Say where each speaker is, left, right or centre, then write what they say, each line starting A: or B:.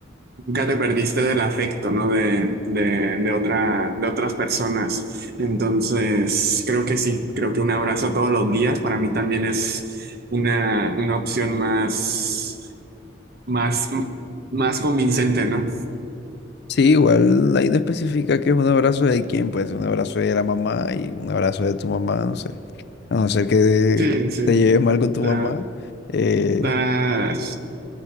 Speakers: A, on the right; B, on the left.
A: Nunca te perdiste del afecto, ¿no? De, de, de otra, de otras personas. Entonces, creo que sí, creo que un abrazo todos los días para mí también es una, una opción más, más, más convincente, ¿no?
B: Sí, igual ahí no especifica que es un abrazo de quién, puede ser un abrazo de la mamá y un abrazo de tu mamá, no sé. A no ser que
A: Sí, sí.
B: te lleves mal con tu
A: Está,
B: mamá. eh,
A: está-